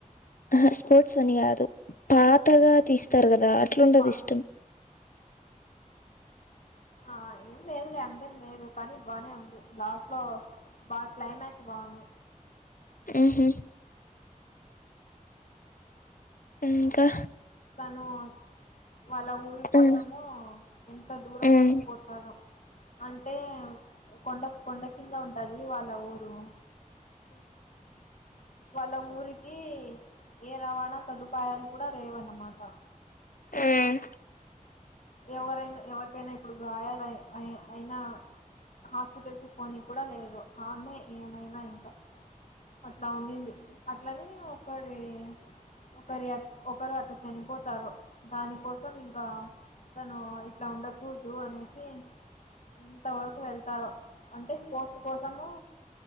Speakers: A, on the left; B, on the left.
A: ఆహ్ స్పోర్ట్స్ అని కాదు పాతగా తీస్తారు గదా అట్లుండదు
B: పా
A: ఇష్టం.
B: ఆ ఏం లేదులే అంతేం లేదు కానీ బానే ఉంది లాస్ట్ లో బాగ్ క్లైమాక్స్ బాగుంది
A: ఆహ ఇంకా
B: తను వాళ్ళ ఊరి కోసము
A: ఉమ్
B: ఉ ఎంత దూరం
A: ఉమ్
B: వరకు పోతాడో అంటే కొండ కొండ కింద ఉంటది వాళ్ళ ఊరు వాళ్ళ ఊరికి ఏ రవాణా సదుపాయాలు కూడా లేవన్నమాట
A: ఉమ్
B: ఎవరైనా ఎవరికైనా ఇప్పుడు గాయలు అ అయినా హాస్పిటల్స్ పోనీ కూడా లేదు అన్న ఏమైనా ఇంక అట్ల ఉండింది అట్లనే ఒకరి ఇ ఒకరు అ ఒకరు అట్ల చనిపోతారు దాని కోసం ఇంక ఆ తను ఇట్ల ఉండకూడుదు అనేసి ఎంత వరకు వెళ్తావో అంటే స్పోర్ట్స్ కోసము